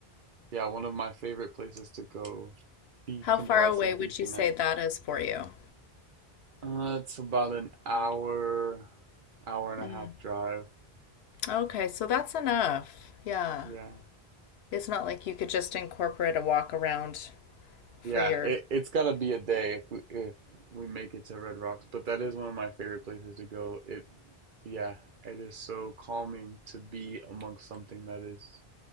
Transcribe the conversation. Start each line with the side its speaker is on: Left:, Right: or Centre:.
Right: yeah, one of my favorite places to go decompress
Left: How far away
Right: and
Left: would
Right: deconnect.
Left: you say that is for you?
Right: Uh, it's about an hour, hour and a
Left: Mm.
Right: half drive.
Left: Okay, so that's enough. Yeah.
Right: Yeah.
Left: It's not like you could just incorporate a walk around for
Right: Yeah,
Left: your.
Right: it it's gotta be a day if we if we make it to Red Rocks, but that is one of my favorite places to go. It yeah, it is so calming to be amongst something that is